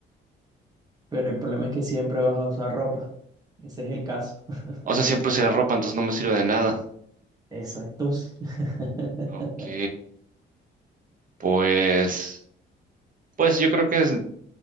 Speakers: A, on the right (about 20°); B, on the right (about 40°).
A: Pero el problema es que siempre vas a usar ropa. Ese es el caso. <laughs>
B: O sea, siempre usaré ropa, entonces no me sirve de nada.
A: Exacto. <laughs>
B: Ok, pues, pues yo creo que es,